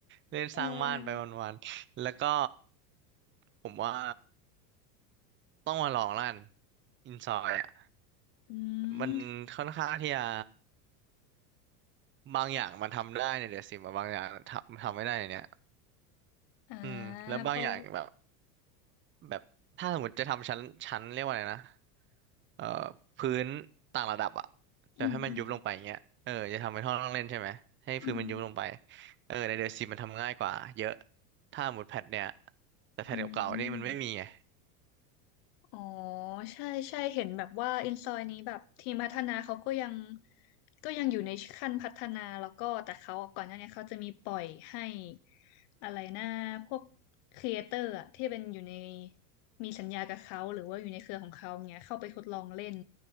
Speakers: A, on the right; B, on the left.
A: เล่นสร้างบ้านไปวันๆแล้วก็
B: เออ
A: ผมว่าต้องมาลองลั่นอินซอยอะ
B: อื
A: มันค่อนข้างที่จะ
B: ม
A: บางอย่างมันทำได้เนี่ยเดี๋ยวสิมบางอย่างทำทำไม่ได้ในเนี่ย
B: อ่า
A: อืมแล้วบางอย่างแบบ
B: เพราะ
A: แบบถ้าสมมติจะทำชั้นชั้นเรียกว่าอะไรนะเอ่อพื้นต่างระดับอะแบบให้มันยุบลงไปอย่างเงี้ยเออจะทำเป็นห้องนั่งเล่นใช่ไหมให้พื้นมันยุบลงไป
B: อืมอืมอืม
A: เออในเดอะซีมมันทำง่ายกว่าเยอะถ้าหมุดแพทเนี่ยแต่แพทเก่าๆนี่มันไม่มีไง
B: อืม อ๋อใช่ใช่เห็นแบบว่าอินซอยนี้แบบทีมพัฒนาเขาก็ยังก็ยังอยู่ในขั้นพัฒนาแล้วก็แต่เขาก่อนหน้านี้เขาจะมีปล่อยให้อะไรนะพวกครีเอเตอร์อะที่เป็นอยู่ในมีสัญญากับเขาหรือว่าอยู่ในเครือของเขาเงี้ยเข้าไปทดลองเล่น